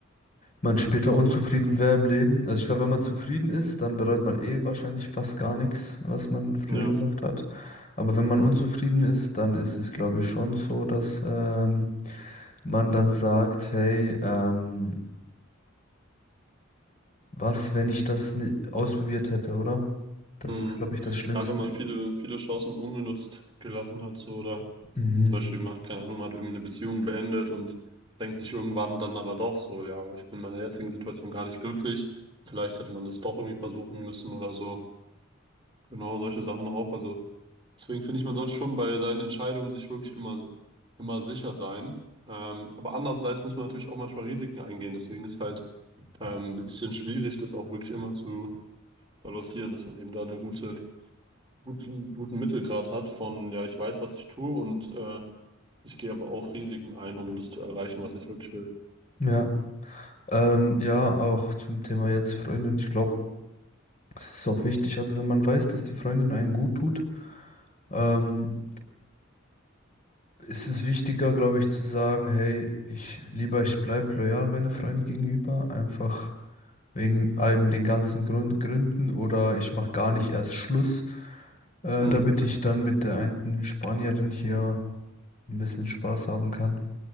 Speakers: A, on the left; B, on the right.
A: man später unzufrieden wäre im Leben. Also ich glaube, wenn man zufrieden ist, dann bereut man eh wahrscheinlich fast gar nichts, was man früher
B: ja.
A: gemacht hat. Aber wenn man unzufrieden ist, dann ist es, glaube ich, schon so, dass ähm, man dann sagt, hey, ähm, was, wenn ich das ni- ausprobiert hätte, oder? Das
B: Hm.
A: ist, glaube ich, das Schlimmste.
B: Ja, wenn man viele, viele Chancen ungenutzt gelassen hat, so oder
A: Mhm.
B: Zum Beispiel mal, keine Ahnung, man hat irgendwie eine Beziehung beendet und denkt sich irgendwann dann aber doch so, ja, ich bin in meiner jetzigen Situation gar nicht glücklich. Vielleicht hätte man das doch irgendwie versuchen müssen oder so. Genau, solche Sachen auch. Also deswegen finde ich, man sollte schon bei seinen Entscheidungen sich wirklich immer, immer sicher sein. Ähm, aber andererseits muss man natürlich auch manchmal Risiken eingehen. Deswegen ist halt ähm, ein bisschen schwierig, das auch wirklich immer zu balancieren, dass man eben da einen gute, guten, guten Mittelgrad hat von, ja, ich weiß, was ich tue und äh, ich gehe aber auch Risiken ein, um das zu erreichen, was ich wirklich will.
A: Ja. Ähm, ja, auch zum Thema jetzt Freundin. Ich glaube, es ist auch wichtig, also wenn man weiß, dass die Freundin einen gut tut, ähm, ist es wichtiger, glaube ich, zu sagen, hey, ich lieber, ich bleib loyal meiner Freundin gegenüber, einfach wegen allem den ganzen Grund, Gründen oder ich mache gar nicht erst Schluss, äh,
B: Mhm.
A: damit ich dann mit der einen Spanierin hier ein bisschen Spaß haben kann,